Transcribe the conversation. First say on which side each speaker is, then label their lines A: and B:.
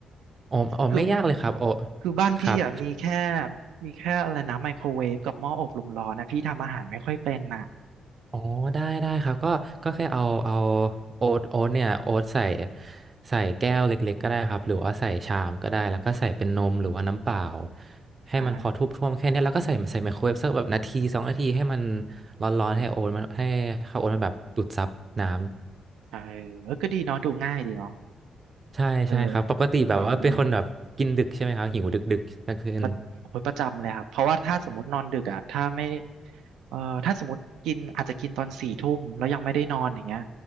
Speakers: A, on the right; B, on the right.
A: อ๋ออ๋อไม่ยากเลยครับอ๋อ
B: คือคือบ้านพี่อ่ะมีแค่
A: ครับ
B: มีแค่อะไรนะไมโครเวฟกับหม้ออบลมร้อนนะพี่ทำอาหารไม่ค่อยเป็นน่ะ
A: อ๋อได้ได้ครับก็ก็แค่เอาเอาโอ๊ตโอ๊ตเนี่ยโอ๊ตใส่ใส่แก้วเล็กๆก็ได้ครับหรือว่าใส่ชามก็ได้แล้วก็ใส่เป็นนมหรือว่าน้ำเปล่าให้มันพอท่วมๆแค่เนี้ยแล้วก็ใส่ใส่ไมโครเวฟสักแบบนาทีสองนาทีให้มัน
B: อ่า
A: ร้อนๆให้โอ๊ตมันให้ข้าวโอ๊ตมันแบบดูดซับน้ำ
B: ใช่เออก็ดีเนาะดูง่ายดีเนาะ
A: ใช่ใช่ครับปกติแบบว่าเป็นคนแบบกินดึกใช่ไหมครับหิวดึกๆกลางคืน
B: เออเร็วด้วยประโอ๊ยประจำเลยครับเพราะว่าถ้าสมมตินอนดึกอ่ะถ้าไม่เอ่อถ้าสมมติกินอาจจะกินตอนสี่ทุ่มแล้วยังไม่ได้นอนอย่างเงี้ย